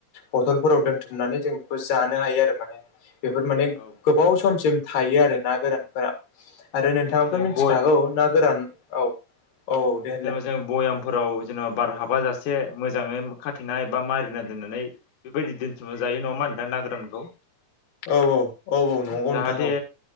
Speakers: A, on the left; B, on the left.
A: बथलफोराव दोनथुमनानै जों बेखौ जानो हायो आरो माने। बेफोर माने
B: औ नोंथां
A: गोबाव समसिम थायो आरो ना गोरानफोरा आरो नोंथाङाबाथ'
B: जेनेबा जों
A: मिनथिखागौ
B: बय
A: ना गोरान औ औ औ दे होनलाय
B: जेनेबा जों स्याम फोराव जेनेबा बार हाबा जासे मोजाङै खाथेना एबा मारिना दोननानै बेबायदि दोनथुमनो जायो नङा होमबा नोंथां ना गोरानखौ
A: औ औ औ औ नंगौ
B: जाहाथे
A: नोंथां औ।